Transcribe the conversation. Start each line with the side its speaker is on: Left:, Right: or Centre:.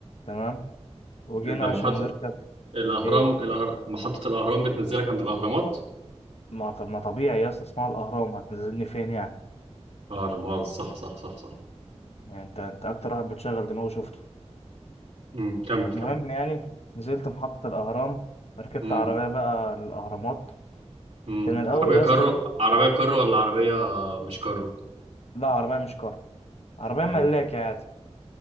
Left: تمام وجينا
Right: يبقى محطه
Left: عشان نركب
Right: الاهرام
Left: ايه
Right: الأهر... محطه الاهرام بتنزلك عند الاهرامات
Left: ما طب ما طبيعي يا اسطى اسمها الاهرام هتنزلني فين يعني
Right: اه لا مؤاخذه صح صح صح صح
Left: يعني انت انت اكتر واحد بتشغل دماغه شفته
Right: امم كمل كمل
Left: المهم يعني نزلت محطه الاهرام ركبت
Right: امم
Left: عربيه بقى للاهرامات
Right: امم
Left: كان الاول
Right: عربيه
Left: يا
Right: كارو
Left: اسطى
Right: عربيه كارو ولا عربيه مش كارو
Left: لا عربيه مش كار عربيه
Right: امم
Left: ملاكي عادي